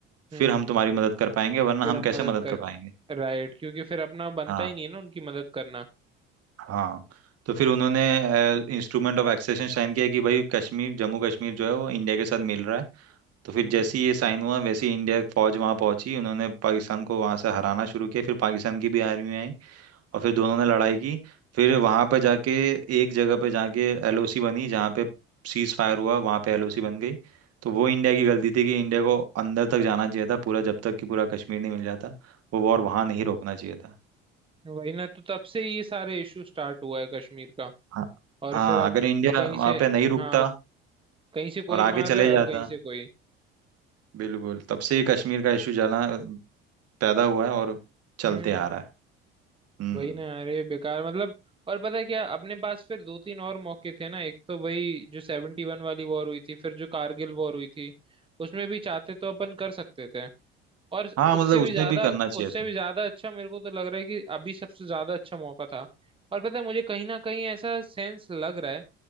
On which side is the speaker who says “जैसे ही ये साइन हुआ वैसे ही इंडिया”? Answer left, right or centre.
Right